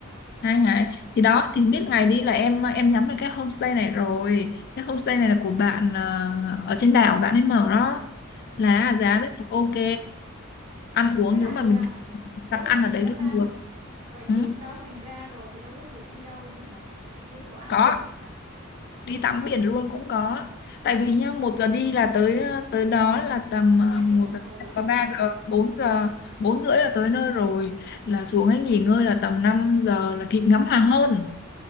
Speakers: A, on the left; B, on the right.
A: hai ngày
B: hai ngày
A: thì đó thì biết ngày đi là em em nhắm được cái homestay này rồi cái homestay này là của bạn ờ, ở trên đảo bạn ấy mở đó là
B: à
A: giá rất là ok ăn uống
B: với lại
A: nếu mà mình
B: à,
A: đặt
B: với lại
A: ăn ở đấy
B: gì nữa
A: luôn
B: ta
A: được
B: vậy
A: ừ.
B: chiều hôm đó mình ra rồi thì đâu có kịp đi đâu nữa nhỉ đi kiếm đồ ăn
A: có
B: thôi hả
A: đi tắm biển luôn cũng có tại vì nhá một giờ đi là tới ờ, tới đó là tầm
B: ba
A: ờ, một
B: tiếng đồng
A: giờ
B: hồ lận
A: và ba
B: <laughs>
A: giờ bốn giờ bốn rưỡi là tới nơi rồi là xuống ấy nghỉ ngơi là tầm 5 giờ là kịp ngắm hoàng hôn